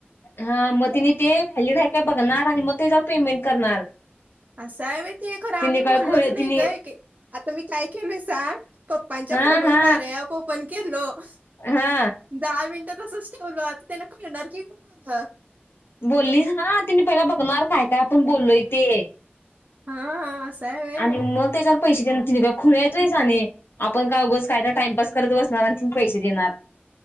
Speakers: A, on the left (about 65°); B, on the right (about 40°).
A: हा मग तिने ते व्हॅलिड आहे काय बघणार आणि मग त्याच्यावर पेमेंट करणार
B: असं आहे व्हय ते खरं आम्ही
A: तिने काय
B: बोललोच
A: खोळे
B: नाही
A: तिने
B: ग, एक आता मी काय केलोय सांग? पप्पांच्या
A: हा
B: फोनवर
A: हा
B: कार्या ॲप ओपन केलो <inaudible>
A: हा
B: दहा मिन ते तसच ठेवलो आता त्याना कळणार की ग मग
A: बोलली हा तिने पहिला बघणार काय, काय आपण बोललोय ते
B: हा हा आस हाय व्हय
A: आणि मग त्याच्यावर पैसे द्याय तिने काय खुळी हायत व्हय शाणे आपण का उगाच काय तर टाईमपास करत बस <unintelligible> पैसे देणार